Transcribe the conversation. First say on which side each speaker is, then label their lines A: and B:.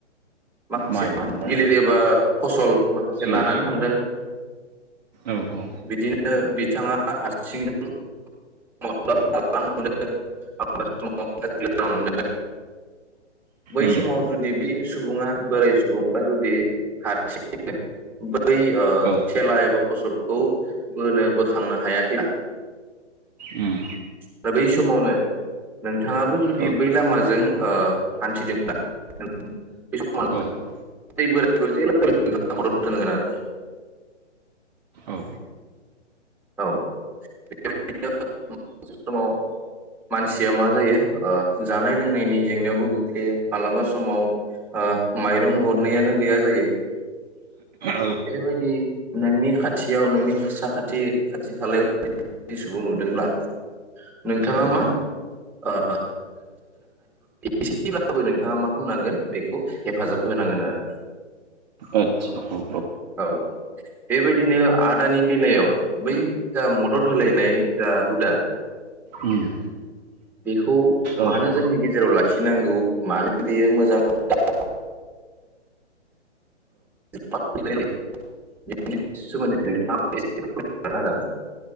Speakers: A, in the centre; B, on the right (about 35°).
A: माखासे
B: माइलांबाय
A: मा गिलिर एबा फसल माखासे
B: उम
A: लानानै थांदों।
B: औ औ।
A: बिदिनो ओ- बिथाङा हारसिंजों <unintelligible> बै
B: उम
A: समाव जुदि बे सुबुङा। बोराय सुबुंफ्रा जुदि हारसि <unintelligible> बै ओ
B: औ
A: थेला एबा। फसलखौ। बोनो बोखांनो हायाखै।
B: उम।
A: दा बै समावनो नोंथांङाबो जुदि
B: औ
A: बै लामाजों ओ- हान्थिदों ना <unintelligible>
B: औ औ
A: मदद होनांगोन आरोखि।
B: औ
A: औ <unintelligible> बे समाव मानसिया मा जायो ओ- जानाय लोंनायनि जेंनायावबो गोग्लैयो मालाबा समाव ओ- माइरं गरनैयानो गैया जायो
B: औ
A: बेबायदि नोंनि खाथियाव नोंनि साखाथि। खाथि खालायाव सुबुं नुदोंब्ला नोंथांङा
B: औ
A: मा ओ <unintelligible> एसेब्लाबो नोंथाङा मा खालामनांगोन बेखौ हेफाजाब होनांगोन आरोखि।
B: आदसा औ
A: औ बेबायदिनो आदानि बेलायाव बै जा मदद होलायनाय जा हुदा
B: उम
A: बेखौ
B: औ
A: मानो जोंनि गेजेराव लाखिनांगौ मानो बेयो मोजां <unintelligible> <unintelligible> सोमोन्दै नोंथांङा आंनो एसे <unintelligible>